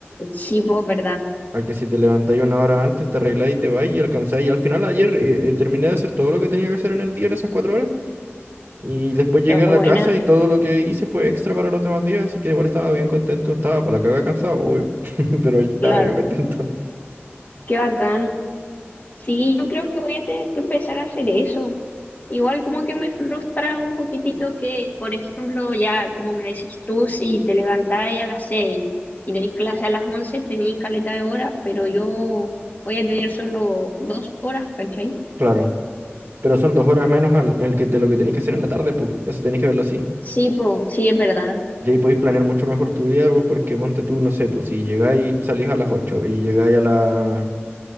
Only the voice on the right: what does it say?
A que si te levantáis una hora antes, te arregláis y te vais y alcanzáis. Y al final ayer eh, eh, terminé de hacer todo lo que tenía que hacer en el día en esas cuatro horas. Y después llegué
a la casa y todo lo que hice fue extra para los demás días, así que igual estaba bien contento. Estaba para la caga cansado, obvio, <laughs> pero estaba
bien contento.
Claro. Pero son dos horas menos al, el que, de lo que tenéis que hacer en la tarde, pues. Eso tenéis que verlo así.
Y ahí podéis planear mucho mejor tu día, pues, porque ponte tú, no sé, pues si llegáis, salís a las 8 y llegáis a la...